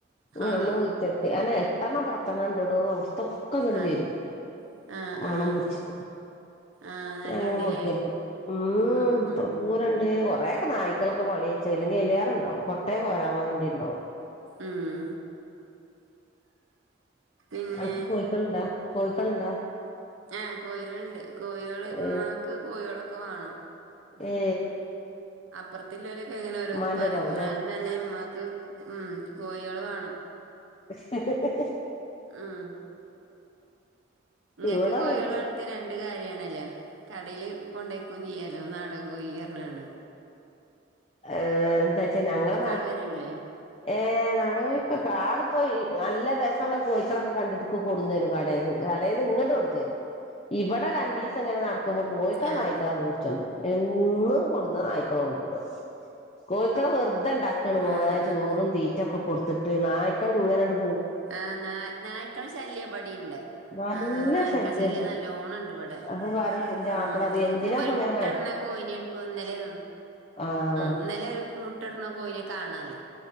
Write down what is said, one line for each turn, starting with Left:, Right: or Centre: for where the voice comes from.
Left: ങ്ങള്ള്ള
Right: ആഹ്.
Left: പൂച്ചക്ക് അനെ എട്ടെണ്ണം പത്തെണ്ണം ണ്ടടോ അഔത്തൊക്കെ ങ്ങട്ട്
Right: ആഹ്.
Left: വരും
Right: ആഹ്
Left: മണം
Right: ആഹ്.
Left: പുട്ച്ചിട്ട്
Right: ആഹ് നല്ലോണ്ട്ല്ലേ.
Left: ഞാൻ അങ്ങനെ കൊടുക്കലുണ്ട് ഉ
Right: ഉം ഉം.
Left: ത്ര പൂരണ്ട് ണ്ട് കൊറെക്കെ നായിക്കളൊക്കെ പണിയ്ച്ചു അല്ലെങ്കി അയ്ലേറണ്ടാവും ട്ടേ കോരാമാണ്ടിണ്ടാവും
Right: ഉം. പിന്നെ
Left: അൻക്ക് കോയ്ക്കള്ണ്ടാ കോയിക്കള്ണ്ടാ
Right: ആ കോഴികള്ണ്ട് കോഴികൾ ഉമമാക്ക്
Left: ഏ
Right: കോഴികളൊക്കെ വാണം ഉം
Left: ഏ
Right: അപ്പുറത്തി ള്ളോലൊക്കെ എങ്ങനെ ഓരോന്ന്
Left: ഉമ്മാന്റെതാവുംല്ലേ
Right: പറയും ന്നാലും തന്നെ മ്മാ ഉം കോഴികള് വേണം.
Left: <unintelligible>
Right: ഉം ഇങ്ങക്ക്
Left: ഇവിടെ
Right: കോഴേള് വളർത്തിയ രണ്ട് കാര്യാണ് ല്ല കടേല് കൊണ്ടയ്ക്കും ചെയ്യാലോ നാടൻ കോഴി അർഞ്ഞാണ്ട്
Left: ഏ ന്താ ച്ചാ ഞങ്ങളെ ന
Right: ആള് വരൂലേ
Left: ഏഹ് നാടൻ കോഴിക്കൊക്കെ ആളിപ്പോ നല്ല രസമുള്ള കോഴിക്കളൊക്കെ കണ്ടിട്ട് ഇൻക്ക് കൊടുന്നു രും കടേന്ന് കട ങ്ങട്ട് കൊട്ന്ന് രും ഇവിടെ രണ്ടീസമിങ്ങനെ നട കോഴിക്കളെ
Right: ആഹ്
Left: നായിക്കളെ പുട്ച്ചുണ്ടാവും എന്നും കൊടുന്ന നായ്ക്കള കൊണ്ടോവാ കോയ്ക്കളെ വെറുതെ ഇണ്ടാക്കാണ് മോളെ
Right: ആഹ്
Left: ചോറും
Right: ആഹ്
Left: തീറ്റൊക്കെ കൊടുത്തിട്ട് നായ്ക്കള് ഇങ്ങനെ. ആണ്ട്
Right: ആ ന നായ്ക്കള ശല്യം ബടിണ്ട്.....
Left: നല്ല
Right: ആ നായ്ക്കളെ
Left: ശല്യണ്ട്
Right: ശല്യം നല്ലോണംണ്ട് ഇവിടെ
Left: അപ്പൊ പറയും ഇന്റെ
Right: ഉം
Left: മാപ്പള പറയും എന്തിനാപ്പ
Right: ഇന്നിപ്പോ ഒരു
Left: ഇങ്ങനെ
Right: മുട്ടട്ണ കോയിനാണ് ഇപ്പോന്ന ലെ
Left: ആഹ്
Right: ഇന്നലെ ഒരു മുട്ടട്ണ കോഴിനെ കാണല്ല